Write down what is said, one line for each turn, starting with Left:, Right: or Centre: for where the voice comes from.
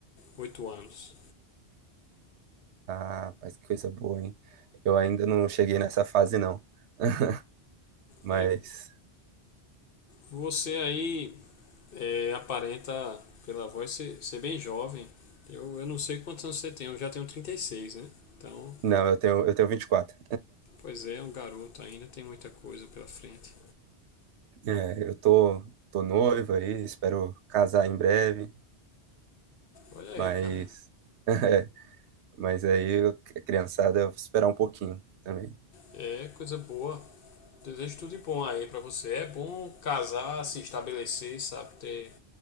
Left: 8 anos.
Right: Ah, rapaz, que coisa boa, hein? Eu ainda não cheguei nessa fase, não. <laughs> Mas,
Left: É, você aí é, aparenta, pela voz, ser, ser bem jovem. Eu, eu não sei quantos anos você tem, eu já tenho trinta e seis né? Então,
Right: não, eu tenho, eu tenho 24.
Left: pois é, é um garoto ainda, tem muita coisa pela frente.
Right: É, eu tô, tô noivo aí, espero casar em breve,
Left: Olha aí,
Right: mas
Left: cara.
Right: <laughs> Mas aí a criançada eu vou esperar um pouquinho também.
Left: É coisa boa. Desejo tudo de bom aí pra você. É bom casar, se estabelecer, sabe? Ter,